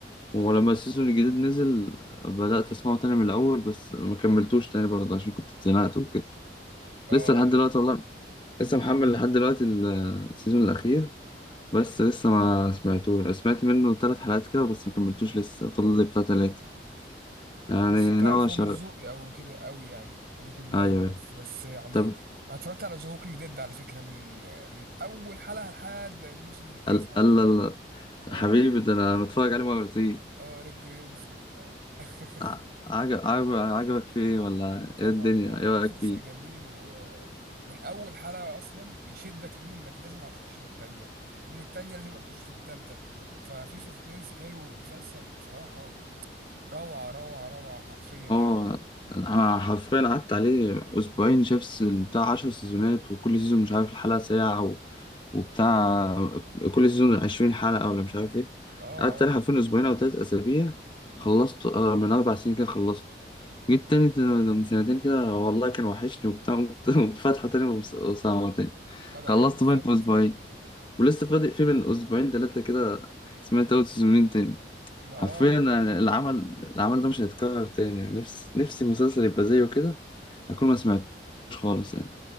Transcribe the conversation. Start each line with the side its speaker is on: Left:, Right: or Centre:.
Left: ولما السيزون الجديد نزل بدأت اسمعه تاني من الاول بس ما كملتوش تاني برضه عشان كنت اتزنقت وكده
Right: اه
Left: لسه لحد
Right: ايوه
Left: دلوقتي والله لسه محمل لحد دلوقتي ال- السيزون الأخير بس لسه ما سمعتوش سمعت منه ثلاث حلقات كده بس ما كملتوش لسه فاضل لي بتاع ثلاثة يعني
Right: بس انت عارف
Left: ناوي أشغل
Right: هو مش ذوقي او كده قوي يعني بيكي بلايندرز
Left: أيوه
Right: بس يعني
Left: طب
Right: انا اتفرجت على ذا هوكينج ديد على فكرة من آه، من اول حلقة لحد الموسم التاسع
Left: ال-
Right: ولا
Left: ال- ال-
Right: اه
Left: حبيبي ده أنا متفرج عليه مرتين
Right: اه ريك جريمز و... <laughs>
Left: ع- عجب عجب عجبك فيه إيه ولا
Right: طبعا
Left: إيه الدنيا
Right: لا
Left: إيه
Right: مسلسل
Left: رأيك فيه؟
Right: جميل ومن اول حلقة اصلا بيشدك ليه انك لازم هتخش في التانية ومن التانية لازم هتخش في التالتة ففي سسبنس حلو مسلسل بصراحة روعة روعة روعة حرفيا يعني
Left: اه انا حرفيا قعدت عليه اسبوعين شاف س- بتاع عشر سيزونات وكل سيزون مش عارف الحلقة ساعة و... وبتاع كل سيزون عشرين حلقة ولا مش عارف ايه
Right: اه
Left: قعدت
Right: اه
Left: عليه حرفيا اسبوعين او تلات اسابيع خلصت آه، من اربع سنين كده خلصت جيت تاني ت- من سنتين كده والله كان وحشني وبتاع قمت <laughs> قمت فاتحة تاني ومس- وسامعه تاني
Right: ما انا
Left: خلصت
Right: اه بالظبط
Left: باين في اسبوعين ولسه فاضي فيه من اسبوعين تلاتة كده سمعت اول سيزونين تاني
Right: ما اه
Left: حرفيا أنا العمل العمل ده مش هيتكرر تاني نفسي نفسي مسلسل يبقى زيه كده اكون ما سمعتوش خالص يعني